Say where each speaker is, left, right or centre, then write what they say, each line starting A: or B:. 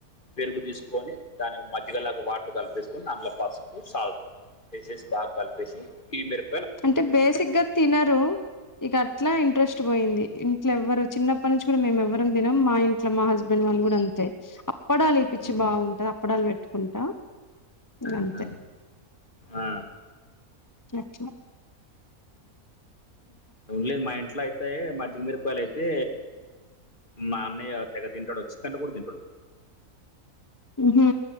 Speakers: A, on the left; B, on the left.
A: పెరుగు తీసుకొని దాని మధ్యగలాగా వాటర్ కలిపేసుకొని అందుల పసుపు సాగు ఏసేసి బాగా కల్పేసి ఇ ఇద్దరు
B: అంటే బేసిక్ గా తినరు ఇక అట్లా ఇంట్రెస్ట్ పోయింది ఇంట్లో ఎవ్వరు చిన్నప్పటి నుంచి కూడా మేము ఎవ్వరం తినం. మా ఇంట్లో మా హస్బెండ్ వాళ్ళు గుడా అంతే అప్పడాలు వేపించి
A: మ్మ్.
B: బాగుంట అప్పడాలు పెట్టుకుంటా ఇగ
A: ఆహు
B: అంతే
A: ఆ
B: చ్చ
A: ఉండ లేదు మా ఇంట్లో అయితే మధ్యగ మీరు యలు అయితే మా అన్నయ్య తెగ తింటాడు చికెన్లో కూడా తింటాడు
B: ఉహు